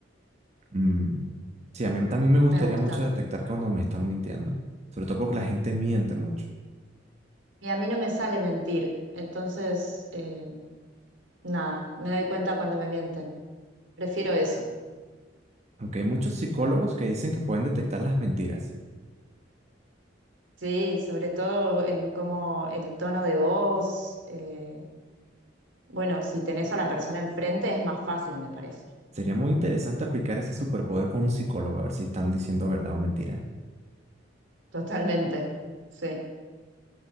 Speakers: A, on the right (about 35°); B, on the right (about 80°).
A: Mm. Sí, a mí también me gustaría
B: Me gusta.
A: mucho detectar cuando me están mintiendo, sobre todo porque la gente miente mucho.
B: Y a mí no me sale mentir, entonces, eh, nada, me doy cuenta cuando me mienten. Prefiero eso.
A: Aunque hay muchos psicólogos que dicen que pueden detectar las mentiras.
B: Sí, sobre todo en cómo el tono de voz. eh, Bueno, si tenés a la persona enfrente es más fácil, me parece.
A: Sería muy interesante aplicar ese superpoder con un psicólogo, a ver si están diciendo verdad o mentira.
B: Totalmente. Sí.